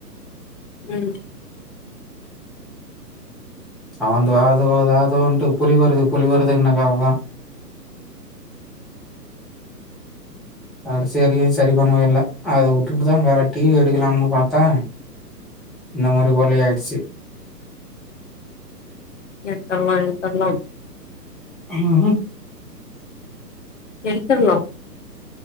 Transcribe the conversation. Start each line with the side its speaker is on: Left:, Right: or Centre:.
Left: ம்
Centre: அவந்து அதுவ அது வன்ட்டு புலி வருது புலி வருதுன்னா க தாதன் ஆ செரியு செரி பண்ணவே இல்ல அத உட்டுட்டுதா வேற டி வி எடுக்கலான்னு பாத்தா இந்த மாரி பொறளயா ஆய்டுச்சி
Left: எடுத்தர்லா‌ம எடுத்தர்லாம்
Centre: ம்
Left: எடுத்தர்லா